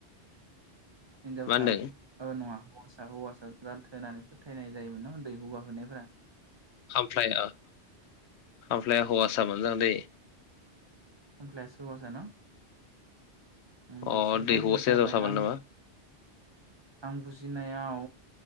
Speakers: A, on the right (about 30°); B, on the left (about 75°).
A: हिनजावसा
B: मा होनदों
A: ओ नङा हौवासा हौवासा जाथो होननानै फोथायनाय जायोमोन ना दैहु बाहोनायफोरा
B: खामफ्लाय खामफ्लाया हौवासा मोजांदै
A: खामफ्लायासो हौवासा न आंबो
B: अ
A: एसे
B: दै
A: कनफिउस
B: हौवासाया
A: जाबाय
B: हिनजावसामोन
A: आं
B: नामा
A: आं बुजिनायाव